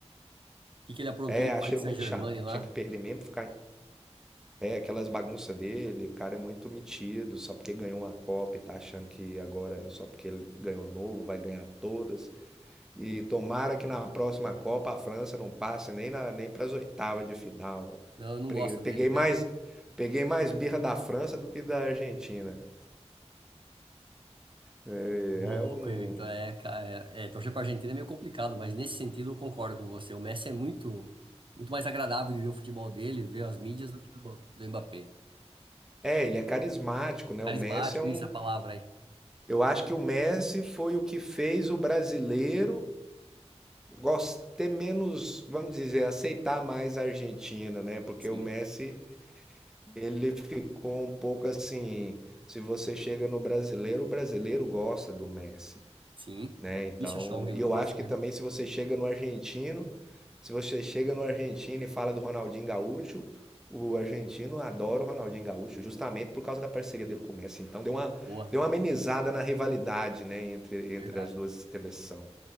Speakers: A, on the right; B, in the centre.
A: O que que ele aprontou
B: É,
A: no
B: achei
A: Paris
B: muito
A: Saint-Germain
B: chato.
A: lá?
B: Tinha que perder mesmo, ficar é, aquelas bagunças dele, o cara é muito metido, só porque ganhou uma Copa e tá achando que agora, só porque ele ganhou novo, vai ganhar todas. E tomara que na próxima Copa a França não passe nem na, nem para as oitavas de final.
A: Não, eu não
B: Peguei
A: gosto
B: peguei
A: dele também.
B: mais, peguei mais birra da França do que da Argentina. É,
A: Ô, louco,
B: é um,
A: hein, Victor? É, cara. É, é, torcer pra Argentina é meio complicado, mas nesse sentido eu concordo com você. O Messi é muito, muito mais agradável de ver o futebol dele, ver as mídias do que o do Mbappé.
B: é, ele é carismático, né?
A: Carismático,
B: O Messi é um.
A: isso é a palavra aí.
B: Eu acho que o Messi foi o que fez o brasileiro gos- ter menos, vamos dizer, aceitar mais a Argentina, né? Porque
A: Sim,
B: o Messi, ele ficou um pouco assim. Se você chega no brasileiro, o brasileiro gosta do Messi.
A: sim.
B: né? Então,
A: Deixa que não
B: e eu
A: gosta,
B: acho que
A: né?
B: também se você chega no argentino, se você chega no argentino e fala do Ronaldinho Gaúcho, o argentino adora o Ronaldinho Gaúcho, justamente por causa da parceria dele com o Messi. Então, deu uma,
A: Boa.
B: deu uma amenizada na rivalidade, né, entre, entre
A: Verdade.
B: as duas seleções.